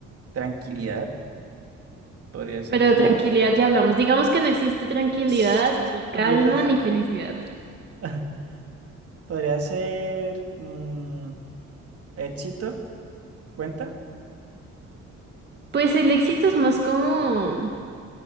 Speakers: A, on the right; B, on the right.
A: tranquilidad, podría ser
B: Pero
A: como,
B: de tranquilidad ya hablamos. Digamos que no existe tranquilidad,
A: <sighs>
B: ni calma,
A: Dios,
B: ni felicidad.
A: <laughs> podría ser mm, éxito, ¿cuenta?
B: Pues el éxito es más como,